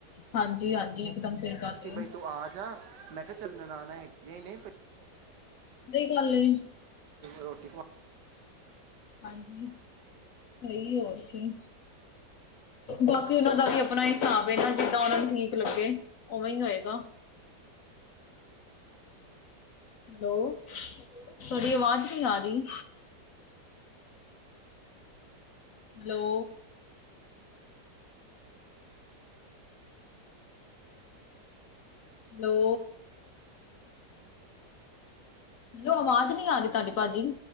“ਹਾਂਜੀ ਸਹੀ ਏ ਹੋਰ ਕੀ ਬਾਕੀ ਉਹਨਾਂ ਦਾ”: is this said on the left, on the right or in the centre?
Left